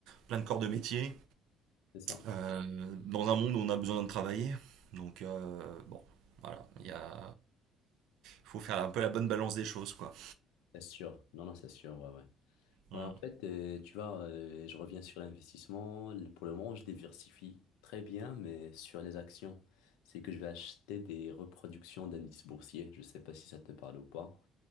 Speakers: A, on the right; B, on the left.
A: plein de corps de métier
B: C'est ça.
A: euh, dans un monde où on a besoin de travailler donc euh, bon voilà il y a faut faire un peu la bonne balance des choses quoi
B: C'est sûr. Non, non, c'est sûr. ouais, ouais.
A: Mm.
B: Ouais, en fait, euh, tu vois, euh, je reviens sur l'investissement. Le- Pour le moment, je diversifie très bien, mais sur les actions. C'est que je vais acheter des reproductions d'indices boursiers. Je sais pas si ça te parle ou pas.